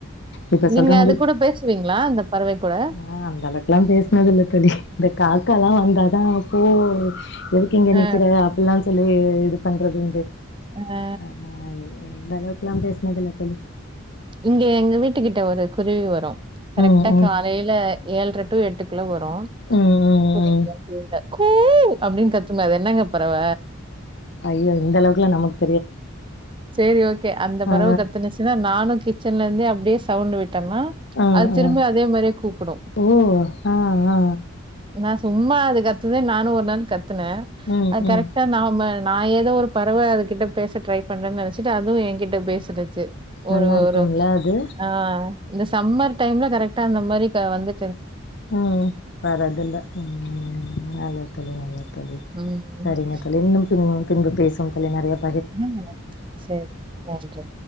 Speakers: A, on the left; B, on the right.
A: இப்ப
B: நீங்க
A: சொல்ற மாதிரி
B: அது கூட பேசுவீங்களா? அந்த பறவை கூட?
A: ஆஹ அந்த அளவுக்கு எல்லாம் பேசனது இல்ல தோழி இந்த காக்க எல்லாம் வந்தாதான் ஓ எதுக்கு இங்க
B: அ, அ,
A: நிக்கிற அப்டில்லாம் சொல்லி இது பண்றது
B: அ.
A: அந்த அளவுக்குெல்லாம் பேசுனதுல்ல தோழி
B: இங்க எங்க வீட்டு கிட்ட ஒரு குருவி வரும் கரெக்டா
A: ம் ம்
B: காலையில ஏழுர டூ எட்டர உள்ள வரும்
A: ம் ம்
B: அப்றோ
A: ம்
B: கோயில கூ அப்டின் கத்துமே அது என்னங்க பறவ
A: ஐயோ இந்த அளவுக்குல நமக்
B: செரி ஓகே அந்த
A: ஆ
B: பறவ கத்துனுச்சின்னா நானும் கி ச்சன்ல இருந்து அப்டே சவுண்டே விட் டன
A: ஆ
B: அது திரும்பி
A: ஆ
B: அதே மாரியே கூப்புடும்
A: ஓ ஆ ஆ
B: நா சும்மா அது கத்துதே நானும் ஒரு நாள் கத் துன
A: ம்
B: அது
A: ம்
B: கரெட்டா நாம நா எதோ ஒரு பறவ அது கிட்ட பேச ட்ரை பண்றேன்னு நெனைச்சிட்டு அதுவும் என் கிட்ட பேசிடிச்சி ஒரு
A: நல்லா இருக்கும்ல
B: ஒரு
A: அது
B: ஆ இந்த சம்மர் டைம்ல கரெட்டா அந்த மாரி க வந்து
A: ம் வறதுல்ல ம் நல்லது தோழி நல்லது தோழி
B: ம்
A: சரிங்க தோழி இன்னும் பின் பின்பு பேசுவோம் தோழி நறையா
B: ம் செரி நன்றி